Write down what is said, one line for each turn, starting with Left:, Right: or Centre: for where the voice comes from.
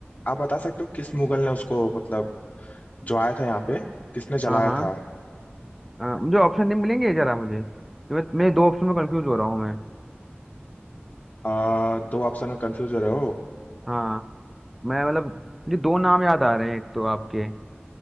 Left: आप बता सकते हो किस मुगल ने उसको मतलब जो आया था यहाँ पे किसने
Centre: हाँ
Left: जलाया
Centre: हाँ
Left: था
Centre: हाँ, मुझे ऑप्शन नहीं मिलेंगे जरा मुझे तो मैं मैं दो ऑप्शन में कंफ्यूज हो रहा हूँ मैं
Left: आ, दो ऑप्शन में कंफ्यूज हो रहे हो
Centre: हाँ मैं मतलब मुझे दो नाम याद आ रहे हैं एक तो आपके